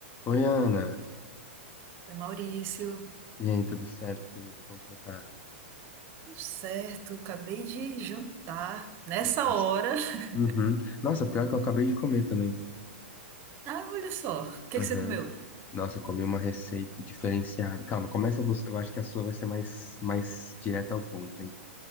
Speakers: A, on the left; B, on the right.
A: Oi, Ana.
B: Oi, Maurício,
A: E aí, tudo certo, querida? Como você tá?
B: tudo certo? Acabei de jantar nessa
A: Nossa.
B: hora. <laughs>
A: Uhum. Nossa, pior que eu acabei de comer também.
B: Ah, olha só, o que
A: Uhum.
B: que você comeu?
A: Nossa, eu comi uma receita diferenciada. Calma, começa você. Eu acho que a sua vai ser mais, mais direta ao ponto, hein?